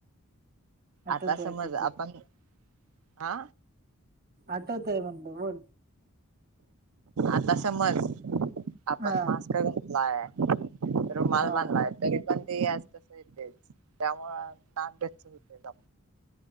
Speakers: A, on the right; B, on the right.
A: आठवतय
B: आता समज
A: आठवतय
B: आपण आ!
A: आठवतय म्हणल बोल?
B: आता समज आपण
A: हा
B: मास्क घतलाय रुमाल
A: हा
B: बांधला आहे तरी पण ते असं तस येतेच, त्यामुळं नाक गच्च होतय राव.